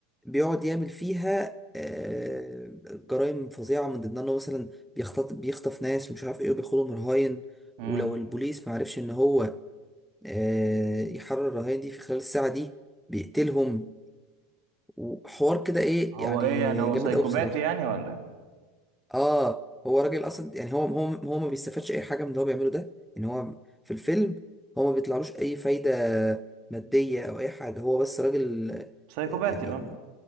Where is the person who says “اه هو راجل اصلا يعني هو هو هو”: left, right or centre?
Centre